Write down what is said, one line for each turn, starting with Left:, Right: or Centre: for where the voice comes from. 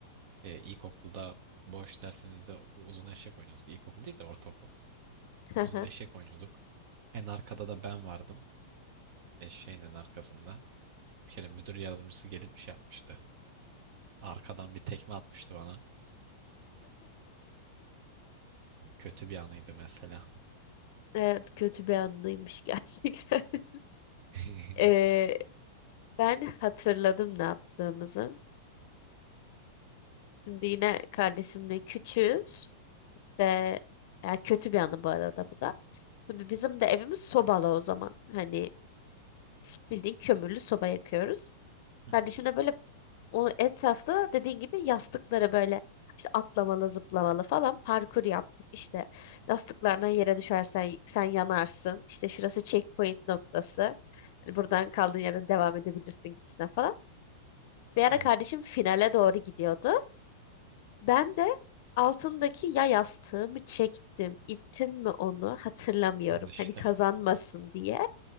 Right: Ee, ilkokulda boş dersimizde uzun eşek oynuyorduk. İlkokul değil de ortaokul.
Left: <laughs>
Right: Uzun eşek oynuyorduk. En arkada da ben vardım. Eşeğin en arkasında. Bir kere müdür yardımcısı gelip bir şey yapmıştı. Arkadan bir tekme atmıştı bana. Kötü bir anıydı mesela.
Left: Evet kötü bir anıymış gerçekten. <laughs>
Right: <laughs>
Left: Ee, ben hatırladım ne yaptığımızı. Şimdi yine kardeşimle küçüğüz. İşte ya kötü bir anı bu arada bu da. Tabii bizim de evimiz sobalı o zaman. Hani s- bildiğin kömürlü soba yakıyoruz.
Right: Hı hı.
Left: Kardeşim de böyle o etrafta dediğin gibi yastıkları böyle işte atlamalı, zıplamalı falan parkur yaptık. İşte yastıklardan yere düşersen sen yanarsın. İşte şurası checkpoint noktası. Hani Buradan kaldığın yerden devam edebilirsin gibisine falan. Bir ara
Right: Evet.
Left: kardeşim finale doğru gidiyordu. Ben de altındaki ya yastığımı çektim, ittim mi onu hatırlamıyorum.
Right: Al işte.
Left: Hani kazanmasın diye.